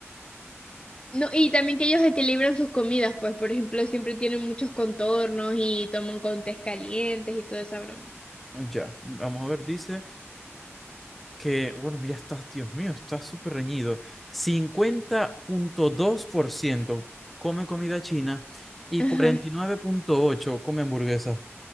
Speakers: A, on the left; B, in the centre.
A: no, y también que ellos equilibran sus comidas, pues, por ejemplo, siempre tienen muchos contornos y toman con tés calientes y toda esa broma.
B: Ah, Ya, vamos a ver, dice que, bueno, mira, está, Dios mío, está súper reñido. cincuenta punto dos por ciento come comida china y
A: <laughs> Ajá,
B: 49.8% come hamburguesas.